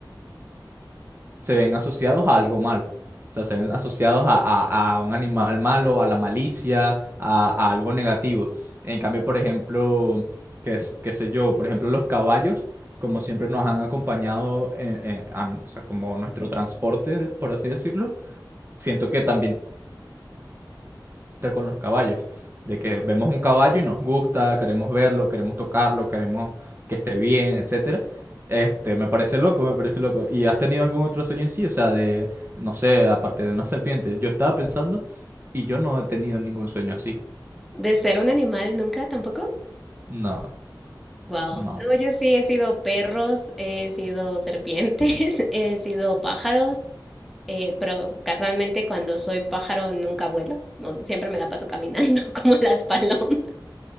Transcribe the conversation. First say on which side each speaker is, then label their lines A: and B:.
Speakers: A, on the right; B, in the centre.
A: se ven asociados a algo malo. O sea, se ven asociados a, a- a un animal malo, a la malicia, a, a algo negativo. En cambio, por ejemplo, qué, es- qué sé yo, por ejemplo, los caballos, como siempre nos han acompañado en- en- a- o sea, como nuestro transporte, por así decirlo, siento que también con los caballos, de que vemos un caballo y nos gusta, queremos verlo, queremos tocarlo, queremos que esté bien, etcétera. Este, me parece loco, me parece loco. ¿Y has tenido algún otro sueño en sí? O sea, de, no sé, aparte de una serpiente. Yo estaba pensando y yo no he tenido ningún sueño así.
B: De ser un animal nunca tampoco.
A: No,
B: Wow.
A: no.
B: No, yo sí he sido perros, he sido serpientes, <laughs> he sido pájaros, eh, pero casualmente cuando soy pájaro nunca vuelo, no, siempre me la paso caminando <laughs> como las palomas.